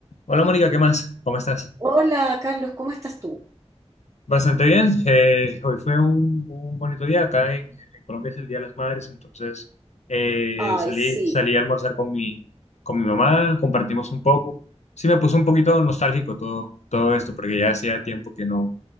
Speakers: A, on the left (about 85°); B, on the right (about 30°).
A: Hola Mónica, ¿qué más? ¿Cómo estás?
B: Hola, Carlos, ¿cómo estás tú?
A: Bastante bien. Eh, hoy fue un, un bonito día. Acá en, en Colombia es el Día de las Madres, entonces eh,
B: Ay,
A: salí,
B: sí,
A: salí a almorzar con mi, con mi mamá, compartimos un poco. Sí, me puso un poquito nostálgico todo, todo esto, porque ya hacía tiempo que no,